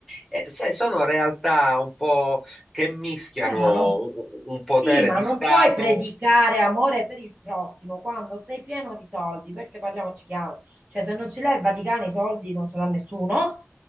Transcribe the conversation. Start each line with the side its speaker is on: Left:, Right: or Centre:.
Centre: E, sai, sono realtà un po' che mischiano
Right: Eh, ma non,
Centre: un un potere
Right: sì, ma
Centre: di
Right: non
Centre: Stato
Right: puoi predicare amore per il prossimo quando sei pieno di soldi, perché parliamoci chiaro, cioè se non ce l'hai il Vaticano i soldi non ce l'ha nessuno,